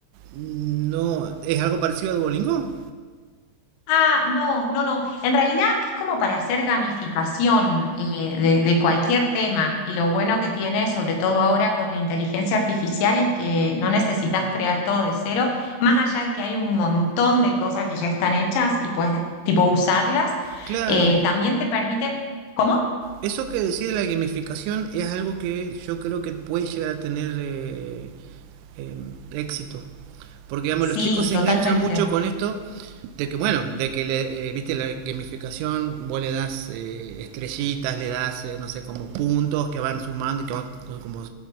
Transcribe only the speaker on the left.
Ah, no, no, no. En realidad es como para hacer gamificación eh, de, de cualquier tema. Y lo bueno que tiene, sobre todo ahora con la inteligencia artificial, es que no necesitas crear todo de cero, más allá de que hay un montón de cosas que ya están hechas y puedes, tipo, usarlas.
eh, también te permite... ¿Cómo?
Sí,
totalmente.